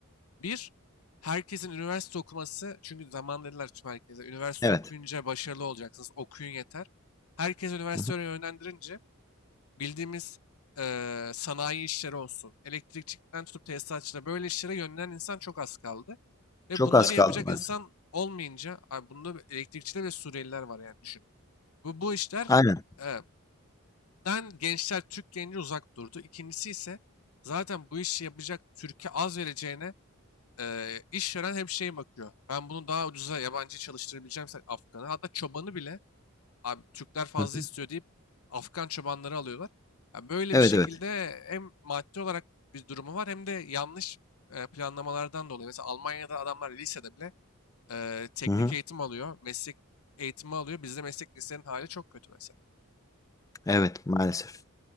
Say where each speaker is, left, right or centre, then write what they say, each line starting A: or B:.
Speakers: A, on the left; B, on the left.
A: Bir, herkesin üniversite okuması. Çünkü zaman dediler tüm herkese. Üniversite
B: evet.
A: okuyunca başarılı olacaksınız. Okuyun yeter. Herkes üniversiteye
B: Hı hı.
A: yönlendirince bildiğimiz eee, sanayi işleri olsun, elektrikçikten tutup tesisatçıda böyle işlere yönlenen insan çok az kaldı. Ve
B: Çok
A: bunları
B: az
A: yapacak
B: kaldı maalesef.
A: insan olmayınca, abi bunda elektrikçiler ve Suriyeliler var yani düşün. Bu, bu işler
B: Aynen.
A: eee, den gençler, Türk genci uzak durdu. İkincisi ise zaten bu işi yapacak Türkiye az vereceğine eee, işveren hep şey bakıyor. Ben bunu daha ucuza yabancı çalıştırabileceğimse Afgan'ı, hatta çobanı bile Abi Türkler fazla
B: Hı hı.
A: istiyor deyip Afgan çobanları alıyorlar. Ya böyle
B: Evet,
A: bir şekilde
B: evet.
A: hem maddi olarak bir durumu var hem de yanlış e, planlamalardan dolayı. Mesela Almanya'da adamlar lisede bile e, teknik
B: Hı hı.
A: eğitim alıyor, meslek eğitimi alıyor. Bizde meslek lisenin hali çok kötü mesela.
B: Evet, maalesef.